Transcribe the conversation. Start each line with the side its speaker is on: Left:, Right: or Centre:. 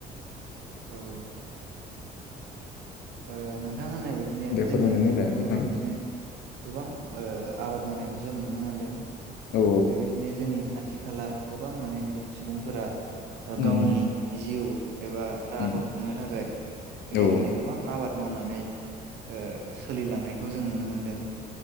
Right: औ औ ओ नोंथां होननाय बदिनो
Left: दे
Right: जोंनि
Left: फोरमायनानै
Right: ओनसोलावबो
Left: होलाय नोंथां
Right: बेबायदिनो गोबां ओ आबाद मावनायखौ जों नु नो मोनदों
Left: औ
Right: बेबायदिनो जोंनि खाथि खाथि खाला गोबां माने बिदिनो सुबुंफोरा
Left: उम
Right: गावनि जिउ एबा राहाखौ
Left: उम
Right: खुंनो थाखाय बेबायदिनो
Left: औ
Right: गोबां आबाद मावनानै ओ सोलिलांनायखौ जों नुनो मोनदों